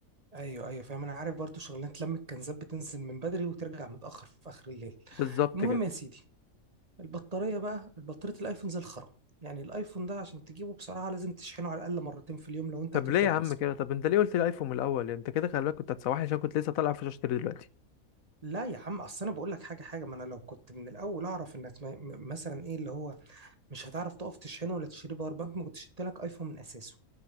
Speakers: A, on the right (about 30°); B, on the left (about 75°).
A: ايوه ايوه فاهم انا عارف برضو شغلانه لم الكنزات بتنزل من بدري وترجع متاخر في اخر الليل
B: بالظبط
A: المهم
B: كده
A: يا سيدي البطاريه بقى البطاريه الايفون زي الخرا يعني الايفون ده عشان تجيبه بصراحه لازم تشحنه على الاقل مرتين في اليوم لو انت
B: طب
A: هتفضل
B: ليه يا عم
A: ماسكه
B: كده طب انت ليه قلت لي ايفون من الاول يعني انت كده خلي بالك كنت هتسوحني عشان كنت لسه طالع في اشتري دلوقتي
A: لا يا عم اصل انا بقول لك حاجه حاجه ما انا لو كنت من الاول اعرف انك ما- م- مثلا ايه اللي هو مش هتعرف تقف تشحنه ولا تشتري باور بانك ما كنتش جبت لك ايفون من اساسه